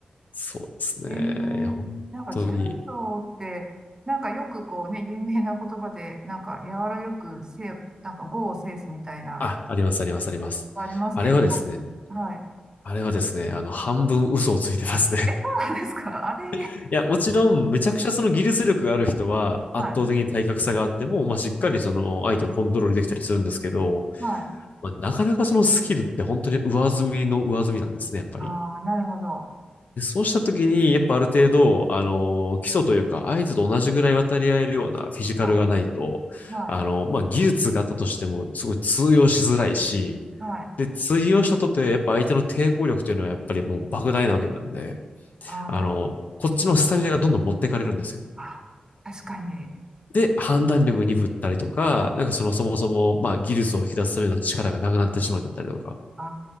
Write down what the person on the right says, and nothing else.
ええ、
なんか柔道って、なんかよくこうね、有名な言葉で、なんか柔らよくせい、なんか語を制すみたいな、
ありますけど、
やっぱり、はい。
はいえ、そうなんですかあれ、
はい。
はい。
はい。
はい
ああ、なるほど。
うん。はい、はい、
はい。
あ
ーあ、あ確かに。
うん
あ